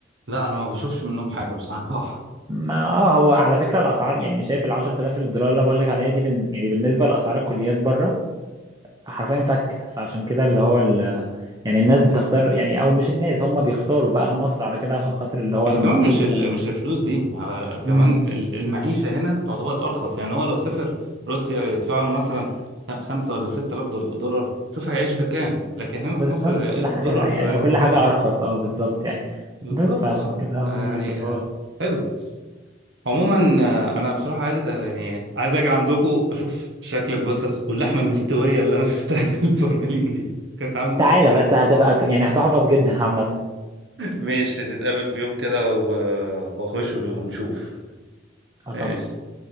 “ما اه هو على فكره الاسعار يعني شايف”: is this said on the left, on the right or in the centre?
Right